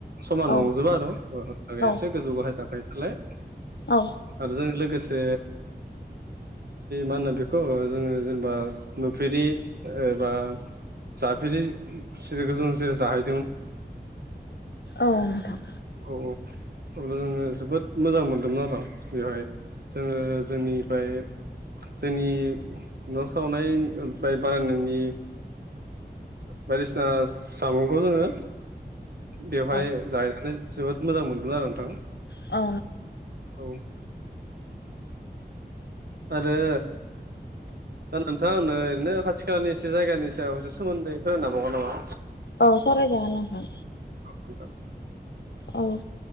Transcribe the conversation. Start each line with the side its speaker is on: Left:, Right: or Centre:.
Right: समान
Left: औ
Right: नंजोबा आरो थाखाय
Left: औ
Right: एसे गोजौ गाहाय थाखायो नालाय
Left: औ
Right: आरो जों लोगोसे मा होनो बेखौ जोङो जेनेबा नुफेरि एबा जाफेरि गोजा जेरै जाहै
Left: औ मेथाम
Right: औ औ अब्ला जोङो जोबोद मोजां मोनदोंमोन आरो बेवहाय जोङो जोंनिफ्राय जोंनि न' सावनाय बानायनायनि बायदिसिना सामुंखौ जोङो बेवहाय
Left: औ
Right: जायनानै जोबोद मोजां मोनगोन आरो नोंथां
Left: औ
Right: औ आरो दा नोंथाङा आंनो ओरैनो खाथि खालानि एसे जायगानि सायाव इसे सोमोन्दै फोरोंनो हाबावगोन नामा?
Left: अ सावराय जागोन नोंथां
Right: खक
Left: औ